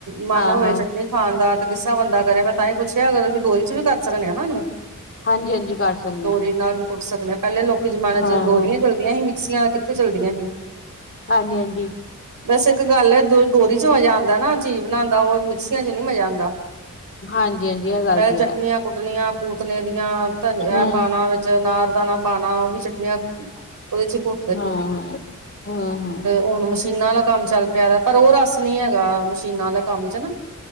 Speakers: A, on the right; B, on the left.
A: ਮਨ
B: ਹਾਂ
A: ਹੋਵੇ
B: ਹਾਂ
A: ਚਟਨੀ ਖਾਨ ਦਾ ਤੇ ਕਿਸ ਤਰ੍ਹਾਂ ਬੰਦਾ ਕਰੇ ਮੈਂ ਤਾਂ ਹੀ ਪੁੱਛਿਆ ਅਗਰ ਅਸੀਂ ਦੋਰੀ 'ਚ ਵੀ ਕਰ ਸਕਦੇ ਹਾਂ ਨਾ ਉਹਨੂੰ
B: ਹਾਂਜੀ ਹਾਂਜੀ ਕਰ ਸਕਦੇ
A: ਦੋਰੀ
B: ਹਾਂ
A: ਨਾਲ ਵੀ ਕੁੱਟ ਸਕਦੇ ਹ ਪਹਿਲੇ ਲੋਕ ਪਿਛੇ ਜ਼ਮਾਨੇ 'ਚ
B: ਹਾਂ
A: ਦੋਰੀਆ ਚੱਲਦੀਆਂ ਸੀ ਮਿਕਸੀਆਂ ਕਿੱਥੇ ਚਲਦੀਆਂ ਸੀ।
B: ਹਾਂਜੀ -ਹਾਂਜੀ
A: ਬਸ ਇੱਕ ਗੱਲ ਹੈ ਦ ਦੋਰੀ 'ਚ ਮਜ਼ਾ ਆਂਦਾ ਨਾ ਚੀਜ਼ ਬਣਾਂਣ ਦਾ ਉਹ ਮਿਕਸੀਆਂ 'ਚ ਨੀ ਮਜ਼ਾ ਆਂਦਾ।
B: ਹਾਂਜੀ ਹਾਂਜੀ ਇਹ ਗੱਲ
A: ਪਹਿਲੇ
B: ਤੇ
A: ਚਟਣੀਆਂ
B: ਹੈ
A: ਕੁੱਟਣੀਆਂ ਪੂਤਨੇ ਦੀਆਂ। ਧਨਿਆ
B: ਹੂੰ
A: ਪਾਂਣਾ ਵਿੱਚ ਅਨਾਰ ਦਾਣਾ ਪਾਂਣਾ ਉਹ ਵੀ ਚਟਨੀਆਂ ਉਹਦੇ 'ਚ ਕੁ
B: ਹਾਂ ਹੂੰ
A: ਹੁਣ ਮਸ਼ੀਨਾਂ ਆਲਾ ਕੰਮ ਚੱਲ ਪਿਆ ਪਰ ਉਹ ਰਸ ਨੀ ਹੈਗਾ ਮਸ਼ੀਨਾਂ ਆਲੇ ਕੰਮ 'ਚ ਨਾ।